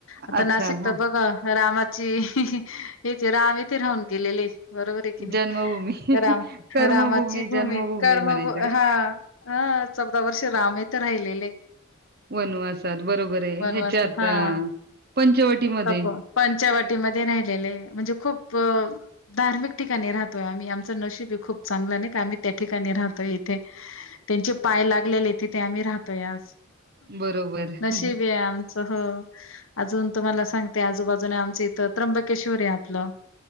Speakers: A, on the left (about 70°); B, on the right (about 50°).
A: आता
B: अच्छा
A: नाशिक तर
B: हा
A: बघ रामाची हेथ राम येथे राहून गेलेले. बरोबर आहे की नाही
B: जन्मभूमी
A: राम
B: कर्मभूमी
A: रामाची भूमी
B: जन्मभूमी
A: कर्म
B: म्हणायचं काय?
A: हा. ह चौदा वर्ष राम हिते राहिलेले.
B: वनू असात बरोबर आहे
A: वनवास
B: ह्याच्यात
A: हां.
B: अ पंचवटीमध्ये
A: तप पंचवटीमध्ये राहिलेले म्हणजे खूप धार्मिक ठिकाणी राहतोय आम्ही आमचं नशीब खूप चांगलं नाही का आम्ही त्या ठिकाणी राहतोय इथे त्यांचे पाय लागलेले तिथे आम्ही राहतोय आज
B: बरोबर
A: नशीब आहे आम. स हो अजून तुम्हाला सांगते आजूबाजूने आमच इथं त्र्यंबकेश्वर आहे आपलं.